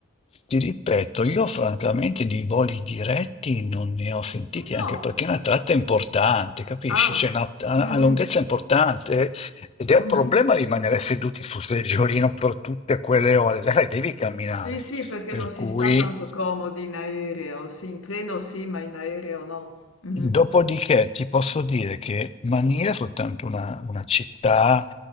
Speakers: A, on the left; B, on the left.
A: Ti ripeto, io francamente di voli diretti non ne ho sentiti,
B: No,
A: anche
B: no,
A: perché è una tratta importante, capisci?
B: ah,
A: C'è una, ha
B: mhm,
A: ha lunghezza importante ed è
B: mhm.
A: un problema rimanere seduti sul seggiolino per tutte quelle ore. Sai, devi camminare,
B: Sì, sì, perché
A: per
B: non si
A: cui...
B: sta tanto comodi in aereo, sì, in treno sì, ma in aereo no. Mhm.
A: Dopodiché ti posso dire che Mania è soltanto una, una città,